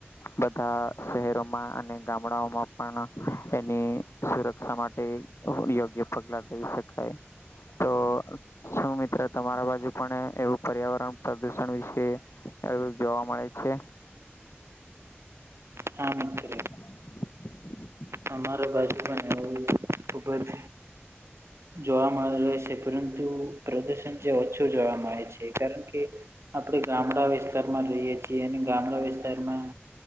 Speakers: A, on the left (about 85°); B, on the right (about 85°).
A: બધા શહેરોમાં અને ગામડાઓમાં પણ એની સુરક્ષા માટે યોગ્ય પગલા લઈ શકાય તો શું મિત્ર તમારા બાજુ પણ એવું પર્યાવરણ પ્રદુષણ વિશે એવું જોવા મળે છે.
B: હા.
A: <unintelligible>
B: અમારા બાજુમાજ એવુ ખુબ જ જોવા મળે છે, પરંતુ પ્રદૂષણ જે ઓછું જોવા મળે છે, કારણ કે આપણેે ગામડા વિસ્તારમાં રઈએ છીએ અને ગામડા વિસ્તારમાં